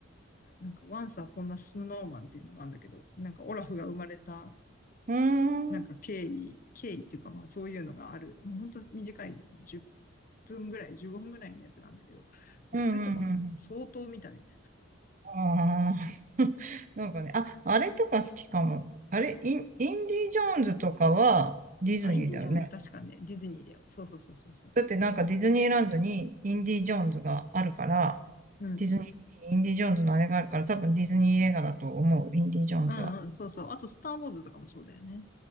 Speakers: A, on the left; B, on the right.
A: なんか、Once Upon a Snowman っていうのがあるんだけど、なんかオラフが生まれた、
B: うーん。
A: なんか経緯、
B: うん
A: 経緯っていうかまあそういうのがある。もう本当短い10分ぐらい、15分ぐらいのやつがあるんだけど、
B: うんうん。
A: それとかも相当見たね。
B: ああ。<laughs> なんかね、あ、あれとか好きかも。あれ、イン、インディ・ジョーンズとかはディズニーだよね。
A: あ、インディ・ジョーンズ確かね、ディズニーだよ。そうそうそうそうそ
B: だってなんかディズニーランドにインディ・ジョーンズがあるから、
A: う。うん。
B: ディズニー、インディ・ジョーンズのあれがあるから、多分ディズニー映画だと思う、インディ・ジョーンズは。
A: うんうん、そうそう。あと、スター・ウォーズとかもそうだよね。